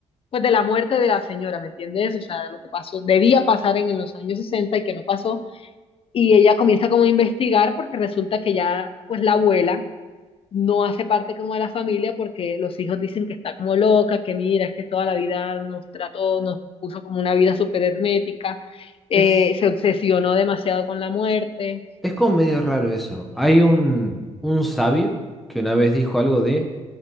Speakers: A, on the left; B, in the centre.
A: pues, de la muerte de la señora, ¿me entiendes? O sea, lo que pasó, debía pasar en, en los años 60 y que no pasó. Y ella comienza como a investigar porque resulta que ya, pues, la abuela no hace parte como de la familia porque los hijos dicen que está como loca, que mira, es que toda la vida nos trató, nos puso como una vida súper hermética, eh,
B: Es,
A: se obsesionó demasiado con la muerte.
B: es como medio raro eso. Hay un, un sabio que una vez dijo algo de,